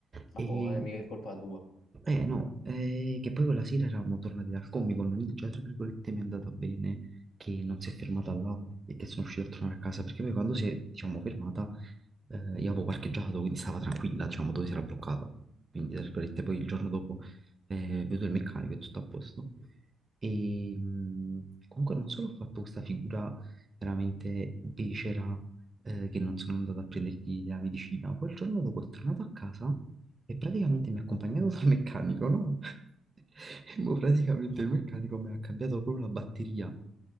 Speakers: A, on the left; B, on the right.
A: Ah,
B: E
A: boh, eh, mica è colpa tua.
B: eh no, eh, che poi quella sera eravamo tornati dal Comic Con, quindi già tra virgolette mi è andata bene che non si è fermata là e che sono riuscito a tornare a casa, perché poi quando si è, diciamo, fermata, eh, io avevo parcheggiato, quindi stava tranquilla, diciamo, dove si era bloccata. Quindi, tra virgolette, poi il giorno dopo eh, vedo il meccanico e tutto a posto. E mh, comunque non solo ho fatto questa figura veramente becera eh, che non sono andato a prendergli la medicina. Quel giorno dopo è tornato a casa e praticamente mi ha accompagnato dal meccanico, no? <laughs> E mo praticamente il meccanico mi ha cambiato proprio la batteria,